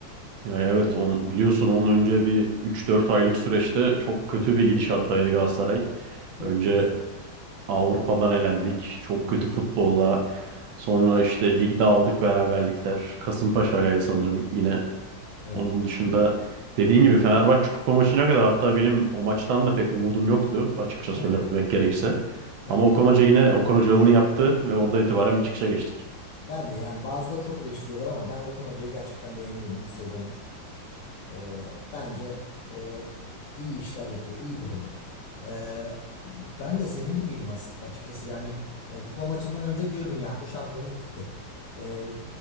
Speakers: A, on the right (about 75°); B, on the left (about 75°).
A: Yani evet on, biliyorsun onun önce bir üç dört aylık süreçte çok kötü
B: Evet.
A: bir gidişattaydı Galatasaray.
B: Çok
A: Önce
B: krizliydi.
A: Avrupa'dan elendik. Çok
B: Hı hı.
A: kötü futbolla. Sonra işte ligde aldık beraberlikler. Kasımpaşa'ylaydı sanırım yine.
B: Evet.
A: Onun dışında dediğin gibi Fenerbahçe kupa maçına kadar hatta benim o maçtan da pek umudum yoktu açıkça
B: Aynen.
A: söylemek gerekirse.
B: Ben
A: Ama Okan Hoca yine Okan Hocalı'nı yaptı ve oradan itibaren bir çıkışa geçtik.
B: ben de yani bazıları çok eleştiriyorlar ama ben Okan Hoca'yı gerçekten beğeniyorum 3 sezondur. Ee, bence e, iyi işler yapıyor, iyi bir hoca. Ee, ben de senin gibiydim as- açıkçası. Yani e, kupa maçından önce diyordum ya bu şampiyonluk gitti. Ee,